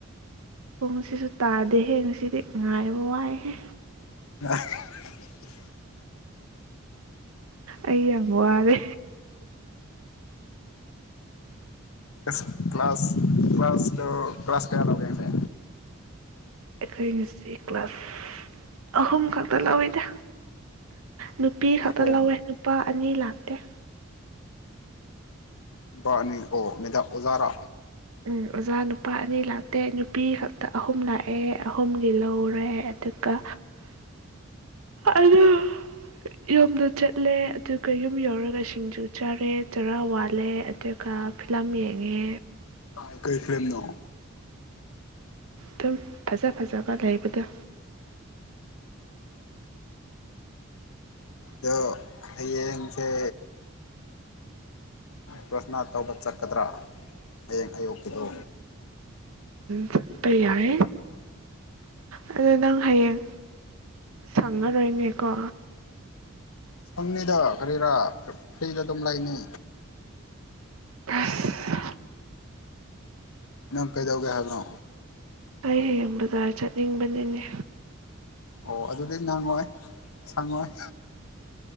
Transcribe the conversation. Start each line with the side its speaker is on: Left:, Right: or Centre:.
Right: ꯄꯨꯡꯁꯤꯁꯨ ꯇꯥꯗꯦ ꯍꯌꯦ ꯉꯁꯤꯗꯤ ꯉꯥꯏꯔꯕ ꯋꯥꯏꯍꯦ
Left: ꯑ
Right: ꯑꯩꯏ ꯌꯥꯝꯕ ꯑꯔꯦ
Left: ꯀ ꯀ꯭ꯂ ꯀ꯭ꯂꯥꯁ ꯀ ꯀ꯭ꯂꯥꯁ ꯀ꯭ꯂꯥꯁ ꯀꯌꯥꯒꯦꯁꯦ
Right: ꯑꯩꯈꯣꯏ ꯅꯁꯤ ꯀ꯭ꯂꯥꯁ ꯑꯍꯨꯝ ꯈꯛꯇ ꯂꯧꯋꯤꯗ ꯅꯨꯄꯤ ꯈꯛꯇ
Left: ꯑꯍꯨꯝ
Right: ꯂꯧꯋꯦ ꯅꯨꯄꯥ ꯑꯅꯤ ꯂꯥꯛ <unintelligible>
Left: ꯕꯥꯅꯤ ꯑꯣ ꯃꯦꯗꯥꯝ ꯑꯣꯖꯥꯔꯥ
Right: ꯎꯝ ꯑꯣꯖꯥ ꯅꯨꯄꯥ ꯑꯅꯤ ꯂꯥꯛꯇꯦ ꯅꯨꯄꯤ ꯈꯛꯇ ꯑꯍꯨꯝ ꯂꯥꯛꯑꯦ ꯑꯍꯨꯝꯒꯤ ꯂꯧꯔꯦ ꯑꯗꯨꯒ ꯑꯗꯨ ꯌꯨꯝꯗ ꯆꯠꯂꯦ ꯑꯗꯨꯒ ꯌꯨꯝ ꯌꯧꯔꯒ ꯁꯤꯡꯖꯨ ꯆꯥꯔꯦ ꯆꯔꯥ ꯋꯥꯠꯂꯦ ꯑꯗꯨꯒ ꯐꯤꯂꯝ ꯌꯦꯡꯉꯦ
Left: ꯑꯥ ꯀꯩ ꯀꯩ ꯂꯝꯅꯣ
Right: ꯑꯗꯨꯝ ꯐꯖ ꯐꯖꯕ ꯂꯩꯕꯗꯣ
Left: ꯗꯣ ꯍꯌꯦꯡꯁꯦ ꯄ꯭ꯔꯥꯊꯥꯅꯥ ꯇꯧꯕ ꯆꯠꯀꯗ꯭ꯔꯥ ꯍꯌꯦꯡ ꯑꯌꯨꯛꯀꯤꯗꯨ
Right: ꯆꯠꯄꯥ ꯌꯥꯏꯌꯦ ꯑꯗꯨꯗ ꯅꯪ ꯍꯌꯦꯡ ꯁꯪꯉꯔꯣꯏꯅꯦꯀꯣ
Left: ꯁꯪꯅꯤꯗ ꯀꯔꯤꯔꯥ ꯐ꯭ꯔꯤꯗ ꯑꯗꯨꯝ ꯂꯩꯅꯤ
Right: ꯑꯁ
Left: ꯅꯪ ꯀꯩꯗꯧꯒꯦ ꯍꯥꯏꯕꯅꯣ
Right: ꯑꯩ ꯍꯌꯦꯡ ꯕꯖꯥꯔ ꯆꯠꯅꯤꯡꯕꯅꯤꯅꯦ
Left: ꯑꯣ ꯑꯗꯨꯗꯤ ꯅꯪꯉꯣꯏ ꯁꯪꯉꯣꯏ